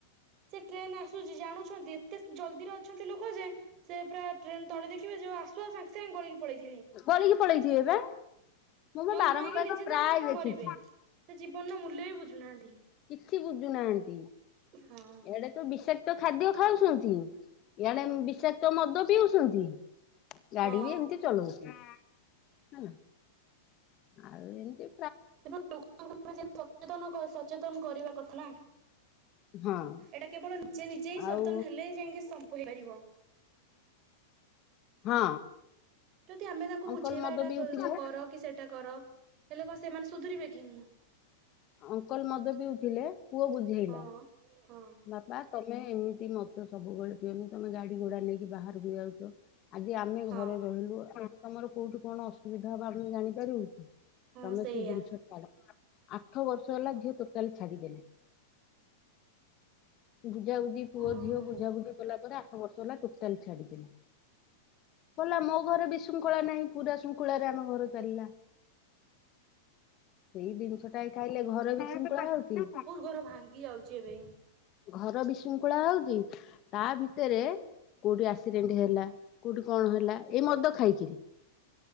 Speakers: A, on the right; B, on the left.
A: ସେ ଟ୍ରେନ୍ ଆସୁଛି ଜାଣୁଛନ୍ତି, ଏତେ ଜଲଦିରେ ଅଛନ୍ତି ଲୋକ ଯେ ସେ ପୁରା ଟ୍ରେନ୍ ତଳେ ଦେଖିବେ ଯୋଉ ଆସୁଅ ସାଙ୍ଗେ ସାଙ୍ଗେ ଗଳିକି ପଳେଇଥିବେ।
B: ଗଳିକି ପଳେଇଥିବେ ବା। ମୁଁ ବା
A: ଯୋଉଥିପାଇଁ
B: ବାରଙ୍ଗ
A: କି ନିଜେ
B: ପ୍ରାୟ
A: ତ
B: ଦେଖିଛି।
A: ମରିବେ, ସେ ଜୀବନର ମୂଲ୍ୟ ବି ବୁଝୁନାହାନ୍ତି।
B: କିଛି ବୁଝୁନାହାନ୍ତି।
A: ହଁ।
B: ଇଆଡ଼େ ତ ବିଷାକ୍ତ ଖାଦ୍ୟ ଖାଉଛନ୍ତି, ଇଆଡ଼େ ବିଷାକ୍ତ ମଦ ପିଉଛନ୍ତି। ଗାଡି଼
A: ହଁ
B: ବି ଏମତି ଚଲଉଛନ୍ତି, ହେଲା ଆଉ ଏମତି
A: ସେ <inaudible> ଲୋକଙ୍କୁ ପୁରା ସେ ସଚେତନକ ସଚେତନ କରିବା କଥା ନା,
B: ହଁ
A: ଏଟା କେବଳ ନିଜେ ନିଜେ ହିଁ
B: ଆଉ
A: ସଚେତନ ହେଲେ ହିଁ ଯାଇକି ସବୁ ହେଇ ପାରିବ।
B: ହଁ।
A: ଯଦି ଆମେ ତାଙ୍କୁ
B: ଅଙ୍କଲ
A: ବୁଝେଇବା
B: ମଦ
A: ଏଇଟା
B: ପିଉଥିଲେ।
A: କ-ଯୋଉ କର କି ସେଟା କର। ହେଲେ କଣ ସେମାନେ ସୁଧୁରିବେ କି?
B: ଅଙ୍କଲ୍ ମଦ ପିଉଥିଲେ ପୁଅ ବୁଝେଇଲା।
A: ହଁ ହଁ।
B: ବାପା ତମେ ଏମିତି ମଦ ସବୁବେଳେ ପିଅନି, ତୋମେ ଗାଡି଼ ଘୋଡା ନେଇକି ବାହାରକୁ ଯାଉଚ। ଆଜି ଆମେ
A: ହଁ
B: ଘରେ ରହିଲୁ, କୋଉଠି ତୋମର କୋଉଠି କଣ ଅସୁବିଧା ହବ ଆମେ ଜାଣିପାରିବୁ କି।
A: ହଁ
B: ତୋମେ
A: ସେଇଆ
B: ସେ ଜିନିଷ ଛାଡ଼, ଆଠ ବର୍ଷ ହେଲା ଝିଅ ଟୋଟାଲି ଛାଡି଼ଦେଲେ। ବୁଜା ବୁଜି ପୁଅ
A: ହଁ।
B: ଝିଅ ବୁଝାବୁଝି କଲା ପରେ ଆଠ ବର୍ଷ ହେଲା ଟୋଟାଲି ଛାଡି଼ଦେଲେ। ମ ମାମୁଁ ଘରେ ବିଶୃଙ୍ଖଳା ନାହିଁ ପୁରା ଶୃଙ୍ଖଳାରେ ଆମ ଘର ଚାଲିଲା। ସେଇ ଜିନିଷ ଟା ଏଠେ ଆଇଲେ ଘରେ ବିଶୃଙ୍ଖଳା ହଉଚି।
A: ପୁରା ଭାଙ୍ଗି ଯାଉଚି ଏବେ।
B: ଘର ବିଶୃଙ୍ଖଳା ହଉଚି ତା ଭିତରେ କଉଠି ଆକ୍ସିଡେଣ୍ଟ ହେଲା କଉଠେ କଣ ହେଲା ଏଇ ମଦ ଖାଇକିରି।